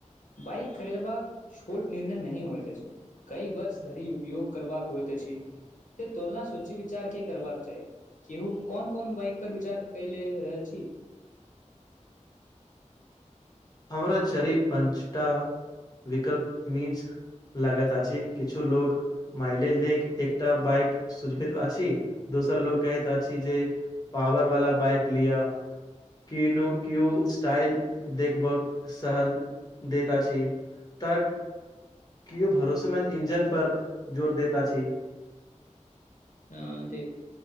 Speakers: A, on the left; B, on the left.
A: बइक खरीदबाक छोट निर्णय नहि होयइत अछि कई वर्ष धरि उपयोग करबाक होइत अछि त तुलना सूचि विचार क करबाक चाही केहू कोन कोन बाइक पर विचार कले रहल छी
B: हमरा चरी पञचटा विकल्प नीच लागात अ छी किछु लोक माइलेज लेख एकटा बइक सुझबित अछी दोसर लोको कहैत जे अछी पॉवर वाला बाइक लिया केनो केयू स्टाइल देखभ सहल देता छी तऽ के भरोसेमेन्द इंजन पर जोर देता छी
A: अ देख